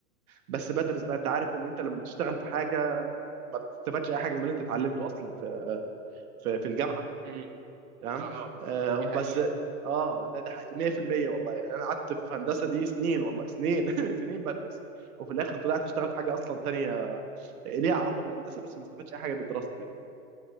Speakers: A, on the right; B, on the right.
A: بس بدرس بقى انت عارف ان انت لما تشتغل في حاجه ما بتستفادش اي حاجه من اللي انت اتعلمته اصلا في في, في الجامعه
B: أمم،
A: تمام
B: اه
A: آه
B: دي
A: بس
B: حقيقة
A: اه ده ده حقيقي 100% والله يعني انا قعدت في هندسه دي سنين والله سنين <laughs> سنين بدرس وفي الاخر طلعت اشتغل في حاجه اصلا تانية ليها علاقه بالهندسه بس ما استفادش اي حاجه بدراستي